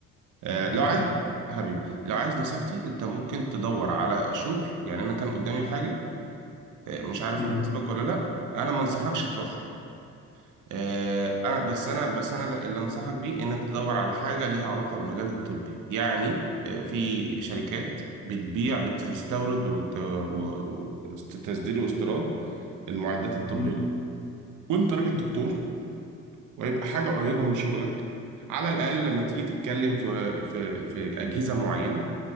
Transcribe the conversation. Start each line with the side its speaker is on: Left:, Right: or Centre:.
Right: آه،
Left: أكيد
Right: لو عايز حبيبي لو عايز نصيحتي انت ممكن تدور على شغل يعني انا كان قدامي حاجه آه، مش عارف
Left: مم.
Right: هتسبق ولا لا انا ما انصحكش تروح آه، أنا بس أنا بس أنا اللي أنصحك بيه إنك تدور على حاجة ليها علاقة بالمجال الطبي يعني آه، في شركات بتبيع بتستورد وتصدير واستيراد المعدات الطبية
Left: مم.
Right: وأنت راجل دكتور ويبقى حاجة قريبة من شغلك على الأقل لما تيجي تتكلم في في في أجهزة معينة